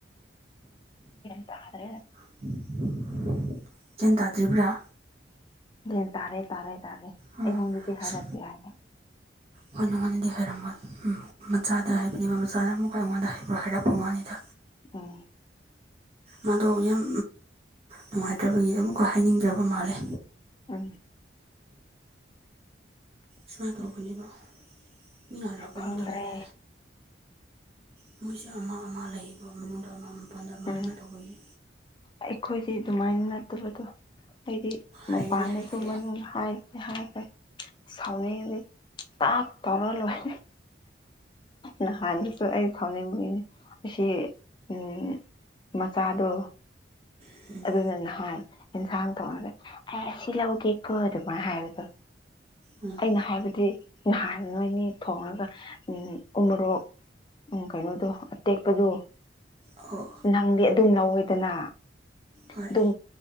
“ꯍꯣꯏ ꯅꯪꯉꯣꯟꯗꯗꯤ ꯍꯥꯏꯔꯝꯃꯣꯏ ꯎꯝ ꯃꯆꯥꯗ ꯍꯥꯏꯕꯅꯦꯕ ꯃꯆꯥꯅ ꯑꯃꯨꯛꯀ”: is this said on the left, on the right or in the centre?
Right